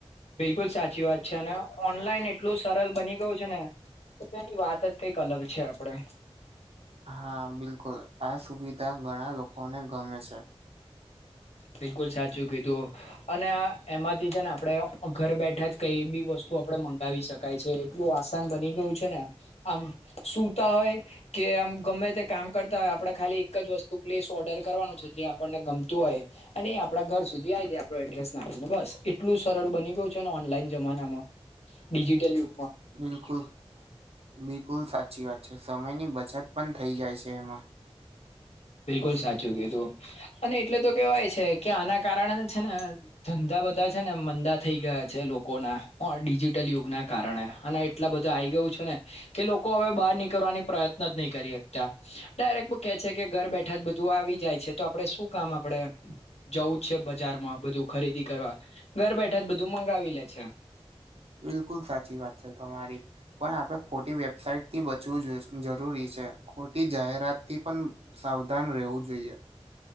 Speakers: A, on the left; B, on the right.
A: બિલકુલ સાચી વાત છે અને ઓનલાઈન એટલું સરલ બની ગયું છે ને ની વાત જ કંઈક અલગ છે આપડે.
B: હા બિલકુલ આ સુવિધા ઘણા લોકોને ગમે છે.
A: બિલકુલ સાચું કીધું અને એમાંથી છે ને આપડણે ઘર બેઠા જ કઈ બી વસ્તુ આપડણે મંગાવી શકીએ કાય છે એટલું આસાન બની ગયું છે ને આમ સુતા હોય કે આમ ગમે તે કામ કરતા હોય આપડે ખાલી એક જ વસ્તુ પ્લીસ ઓર્ડર કરવાનું છે જે આપણને ગમતું હોય અને એ આપડા ઘર સુધી આવી જાય આપણો એડ્રેસ નાખીને બસ એટલું સરળ બની ગયું ને ઓનલાઈન જમાનામાં, ડિજટલયુ.
B: બિલકુલ બિલકુલ સાચી વાત છે સમયની બચત પણ થઇ જાય છે એમાં.
A: બિલકુલ સાચું કીધું. અને એટલે તો કેવાય છે કે આના કારણે છે ને ધંધા બધા છે ને મંદા થઈ ગયા છે લોકો ના પણ ડિજિટલ યુગ ના કારણે અને એટલા બધા આઈ ગયું છે ને કે લોકો હવે બહાર નીકળવાની પ્રત્ન જ નહી કરી હકતા ડાયરેક્ટ કે છે કે કે ઘર બેઠા જ બધું આવી જાય છે તો આપડે શું કામ આપડે જવું છે. બજારમાં બધું ખરીદી કરવા ઘર બેઠા જ બધું મંગાવી લે છે.
B: બિલકુલ સાચી વાત છે તમારી પણ આપડણે ખોટી વેબસાાઈટ થી બચવું જરૂરી છે, ખોટી જાહેરાત થી પણ સાવધાન રહેવું જોઈએ.